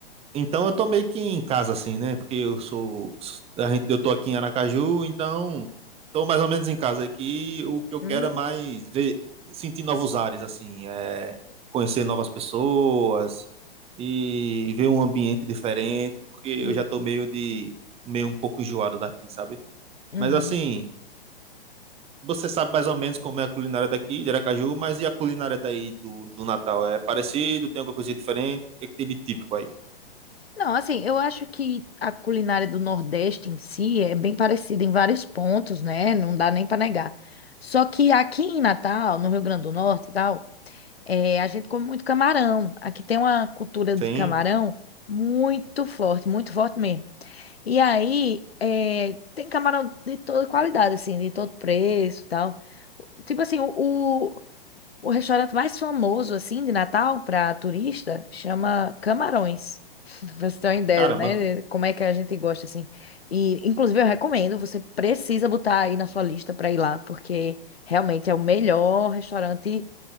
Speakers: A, on the right (about 20°); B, on the left (about 80°).
A: Então eu tô meio que em casa assim, né? Porque eu sou a gente, eu tô aqui em Aracaju, então tô mais ou menos em casa aqui. O que eu
B: Uhum.
A: quero é mais ver, sentir novos ares assim, é conhecer novas pessoas e ver um ambiente diferente, porque eu
B: Uhum.
A: já tô meio de meio um pouco enjoado daqui, sabe?
B: Uhum.
A: Mas assim, você sabe mais ou menos como é a culinária daqui de Aracaju, mas e a culinária daí do, do Natal? É parecido? Tem alguma coisa diferente? O que é que tem de típico aí?
B: Não, assim, eu acho que a culinária do Nordeste em si é bem parecida em vários pontos, né? Não dá nem pra negar. Só que aqui em Natal, no Rio Grande do Norte e tal, é, a gente come muito camarão. Aqui tem uma cultura de
A: Sim,
B: camarão muito forte, muito forte mesmo. E aí, é, tem camarão de toda qualidade, assim, de todo preço e tal. Tipo assim, o, o, o restaurante mais famoso, assim, de Natal para turista, chama Camarões. <laughs> Pra você ter uma ideia,
A: caramba.
B: né? de Como é que a gente gosta, assim. E, inclusive, eu recomendo, você precisa botar aí na sua lista para ir lá, porque realmente é o melhor restaurante